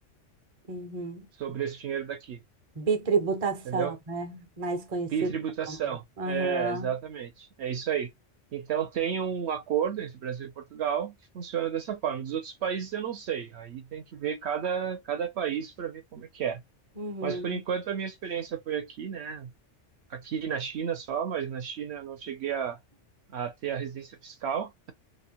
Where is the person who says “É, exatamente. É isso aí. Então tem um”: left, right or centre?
Right